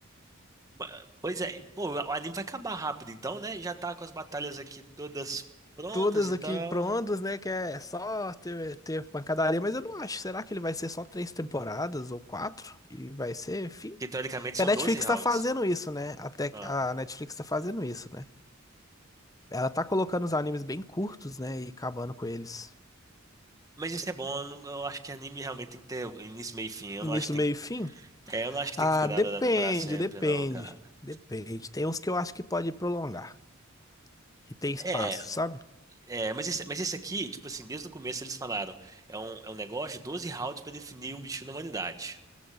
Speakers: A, on the right; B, on the left.
A: Ba- Pois é, pô, o anime vai acabar rápido então, né? Já tá com as batalhas aqui todas prontas
B: todas
A: e
B: aqui
A: tal.
B: para ondas, né? Que é só ter, ter pancadaria, mas eu não acho. Será que ele vai ser só três temporadas ou quatro? E vai ser fim?
A: Que teoricamente
B: Porque
A: são
B: a Netflix
A: doze rounds.
B: tá fazendo isso, né? Até
A: Ah.
B: a Netflix tá fazendo isso, né? Ela tá colocando os animes bem curtos, né? E acabando com eles.
A: Mas isso é bom, eu não- eu acho que anime realmente tem que ter início, meio e fim. Eu
B: Início,
A: não acho que tem.
B: meio e fim?
A: É, eu não acho que
B: Ah,
A: tem que ficar
B: depende,
A: dado dando pra sempre,
B: depende.
A: não, cara.
B: Depende. Tem uns que eu acho que pode prolongar. Que tem espaço,
A: É,
B: sabe?
A: é, mas esse, mas esse aqui, tipo assim, desde o começo eles falaram, é um, é um negócio de 12 rounds pra definir um bicho na humanidade.